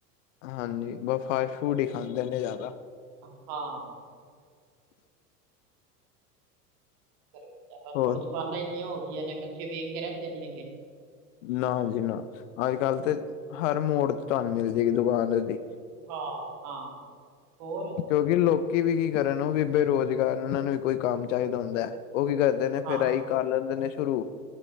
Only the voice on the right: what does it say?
ਹਾਂ- ਬੰਦਾ ਬਸ
ਹੁਣ ਦੁਕਾਨਾਂ ਇੰਨੀਆਂ ਹੋ ਗਈਆਂ ਨੇ, ਬੱਚੇ ਵੇਖ ਕੇ ਰਹਿੰਦੇ ਨੀ ਹੈਗੇ।
ਹਾਂ ਹਾਂ, ਹੋਰ
ਹਾਂ